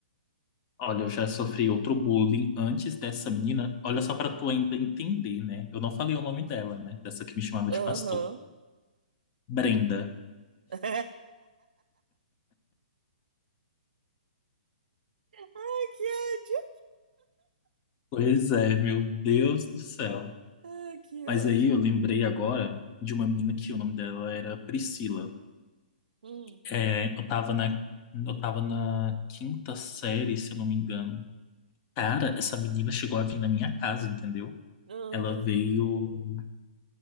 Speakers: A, on the left; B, on the right.
A: Olha, eu já sofri outro bullying antes dessa menina. Olha só pra tu ainda entender, né? Eu não falei o nome dela, né? Dessa que me chamava
B: Aham.
A: de pastor. Brenda.
B: <laughs> Ai, que ódio.
A: Pois é, meu Deus do céu.
B: Ai, que
A: Mas
B: ódio.
A: aí eu lembrei agora de uma menina que o nome dela era Priscila.
B: Hum,
A: É, eu tava na, eu tava na quinta série, se eu não me engano. Cara, essa menina chegou a vir na minha casa, entendeu?
B: aham,
A: Ela veio